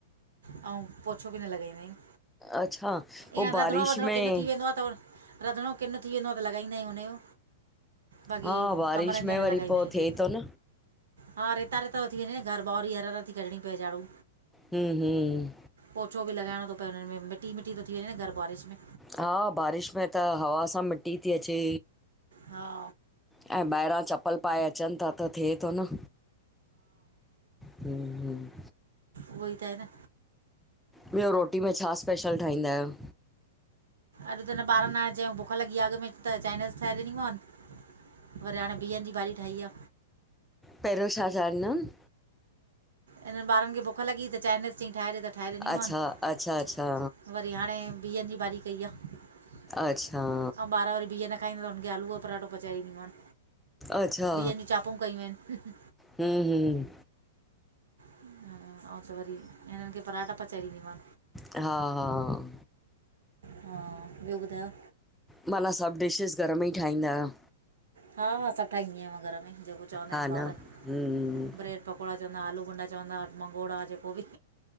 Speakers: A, on the right; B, in the centre.
A: अंउं पोछो बि न लॻाईंदा आहियूं,
B: अच्छा पोइ
A: ईअं
B: बारिश
A: रधिणो वधिणो
B: में
A: किन्नु थी वेंदो आ त रंधिणो किनु थी वेंदो आ त लॻाईंदा आहियूं हुनजो, बाक़ी
B: हा बारिश
A: कमरनि
B: में
A: जा
B: वरी
A: न लॻाईंदा
B: पोइ
A: आहियूं
B: थिए
A: जे
B: थो न
A: हा रेता- रेता तो थी वंञें न घर ॿाहरी हर -हर ती कढिणी पए झाड़ू
B: हम्म -हम्म
A: पोछो बि लॻाइणो तो पए हुननि में मिटी मिटी तो थी वंञें न घर बारिश में
B: हा बारिश में त हवा सां मिट्टी ती अचे।
A: हा।
B: ऐं ॿाहिरां चप्पल पाए अचनि था त थिए तो न हम्म- हम्म
A: उहोई त आहे न
B: ॿियो रोटी में छा स्पेशल ठाहींदा आहियो?
A: अॼु त न ॿारनि ना चयंउं बुख लॻी आ अॻ में त चाइनीज़ ठाहे ॾिनी मानि वरी हाणे बिहनि जी भाॼी ठाही आ
B: पहिरियों छा चाढ़ंदमि
A: इन्हनि ॿारनि खे भुख लॻी ही त चाइनीज़ चईं ठाहे ॾे, त ठाहे ॾिनी
B: अच्छा
A: मानि
B: अच्छा अच्छा
A: वरी हाणे बिहनि जी भाॼी कई आ। अंउं
B: अच्छा
A: ॿार वारी बिह न खाईंदा, त हुनखे आलू जो पराठो पचाए ॾीदी मानि
B: अच्छा
A: बिहनि जी चापूं कयूं आहिनि।
B: हम्म -हम्म
A: हुं अंउं त वरी हिननि खे पराठा पचाए -ॾीदीमांन।
B: हा -हा
A: हा, ॿियो ॿुधायो?
B: माना सभु डिशेस घर में ई ठाहींदा आहियो?
A: हा -हा सभु ठाहींदि आहियां मां घर में, जेको चवंदा
B: हा
A: हिनि
B: न
A: ॿार
B: हम्म
A: ब्रेड -पकोड़ा चवंदा, आलू भुंॾा चवंदा, मंगोड़ा जेको बि